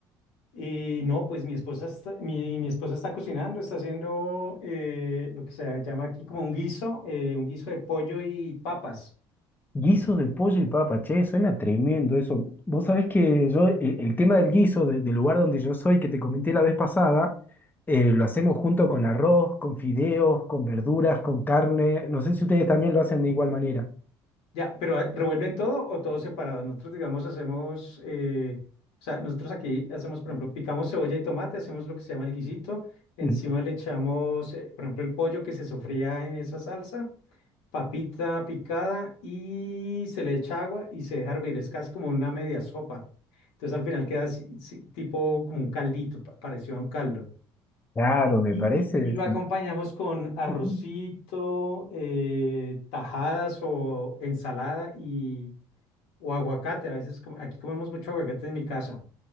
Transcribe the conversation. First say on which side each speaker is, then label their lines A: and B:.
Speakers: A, on the left; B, on the left.
A: Y no, pues mi esposa está, mi, mi esposa está cocinando, está haciendo eh, lo que se llama aquí como un guiso, eh, un guiso de pollo y papas.
B: Guiso de pollo y papa, che, suena tremendo eso. Vos sabés que yo, el, el tema del guiso, de- del lugar donde yo soy, que te comenté la vez pasada, eh, lo hacemos junto con arroz, con fideos, con verduras, con carne. No sé si ustedes también lo hacen de igual manera.
A: Ya, pero ah, ¿revuelven todo o todo separado? Nosotros, digamos, hacemos, eh, o sea, nosotros aquí hacemos, por ejemplo, picamos cebolla y tomate, hacemos lo que se llama el guisito, encima
B: Ujú.
A: le echamos, eh, por ejemplo, el pollo que se sofría en esa salsa. papita picada y se le echa agua y se deja hervir. Es casi como una media sopa. Entonces al final queda así, sí, tipo como un caldito, pa- parecido a un caldo.
B: Claro, me
A: Y,
B: parece.
A: y- y lo acompañamos con arrocito,
B: me-
A: eh, tajadas o ensalada y, o aguacate. A veces com- aquí comemos mucho aguacate en mi casa.